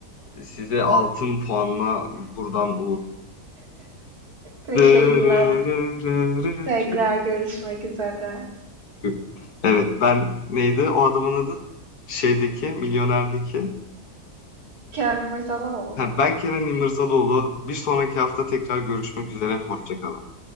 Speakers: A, on the left; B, on the right.
A: size altın puanla buradan
B: <laughs> Teşekkürler.
A: uğurluyoruz.
B: Tekrar görüşmek üzere.
A: <laughs> Evet, ben neydi o adamın adı? Şeydeki, Milyoner'deki.
B: Kenan İmirzalıoğlu
A: Ha,
B: mu?
A: ben Kenan İmirzalıoğlu. Bir sonraki hafta tekrar görüşmek üzere. Hoşça kalın.